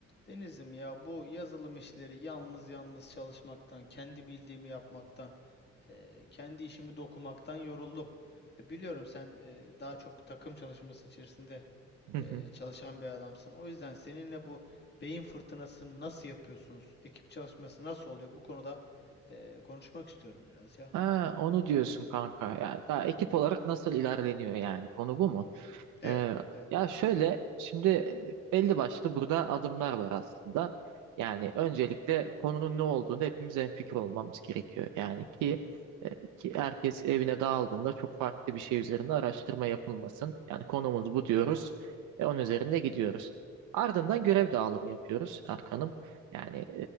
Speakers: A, on the left; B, on the right.
A: Denizim ya bu yazılım işleri yalnız yalnız çalışmaktan, kendi bildiğimi yapmaktan, eee, kendi işimi dokumaktan yoruldum. E, biliyorum sen eee, daha çok takım çalışması içerisinde
B: Hı hı.
A: eee, çalışan bir adamsın. O yüzden seninle bu beyin fırtınasını nasıl yapıyorsunuz? Ekip çalışması nasıl oluyor? Bu konuda eee, konuşmak istiyorum biraz ya.
B: Ha, onu diyorsun kanka. Ya daha ekip olarak nasıl ilerleniyor yani? Konu bu mu?
A: Evet,
B: Ee,
A: evet.
B: ya şöyle şimdi e, belli başlı burada adımlar var aslında. Yani öncelikle konunun ne olduğunu hepimiz hemfikir olmamız gerekiyor. Yani ki,
A: Hı hı,
B: e, ki herkes evine dağıldığında çok farklı bir şey üzerine araştırma yapılmasın. Yani konumuz bu diyoruz ve onun üzerinde gidiyoruz. Ardından görev dağılımı yapıyoruz Erkan'ım. Yani